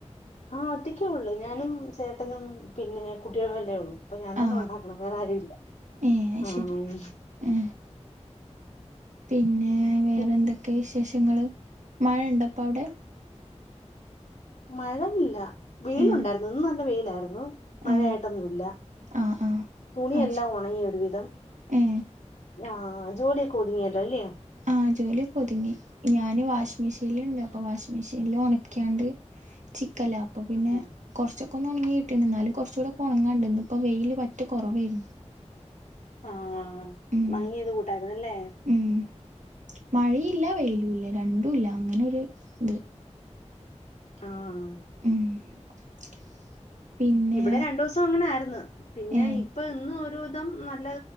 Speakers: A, on the left; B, on the right.
A: ആ ഒറ്റക്കേ ഉള്ളൂ ഞാനും ചേട്ടനും പിന്നെ കുട്ടികളും വല്ലേ ഉള്ളൂ അപ്പൊ ഞാൻ തന്നെ
B: ആ
A: ഉണ്ടാക്കണം വേറെ ആരുല്ല.
B: ഏ അത്
A: ആഹ്
B: ശരി ഏ പിന്നെ വേറെന്തൊക്കെ
A: പിന്നെ
B: വിശ് വിശേഷങ്ങള് മഴ ഉണ്ടപ്പൊ അവിടെ?
A: മഴയില്ല വെയിലുണ്ടായിരുന്നു
B: ഏ
A: ഇന്നും നല്ല വെയിലായിരുന്നു മഴയായിട്ടൊന്നുംല്ല
B: ആ ആ ആ
A: തുണില്ലാം
B: അത് ശരി
A: ഉണങ്ങി ഒരു വിധം.
B: ഏ
A: ആഹ് ജോലി കോതിങ്ങല്ല അല്ലയാ
B: ആഹ് ജോലിക്കെ ഒതുങ്ങി ഞാന് വാഷിംഗ മെഷീനൽ ഇണ്ട് അപ്പൊ വാഷിംഗ മെഷീനിില് ഉണക്കാണ്ട് ചിക്കല്ല അപ്പൊ പിന്നെ
A: ആഹാ
B: കുറച്ചൊ പക്കന്ന് ഉണങ്ങിയിട്ടി എന്നാലല് കുറച്ചുകൂടെ ഉണങ്ങാണ്ടിന്ന് ഇപ്പൊ വെയിയില് മറ്റ കുറവായിരുന്നു
A: ആഹ
B: ഉം
A: മങ്ങിയത് കൂട്ടായിന്നല്ലേ
B: ഉം മഴയില്ല വെയിലും ഇല്ല രണ്ടും ഇല്ല അങ്ങനെരു ഇത്
A: ആഹ്
B: ഉം <inaudible> പിന്നെ
A: ഇവിടെ രണ്ടു ദിവസം അങ്ങനെ ആയിന്ന് പിന്നെ
B: ഏ
A: ഇപ്പ ഇന്ന് ഓ ഇം നല്ല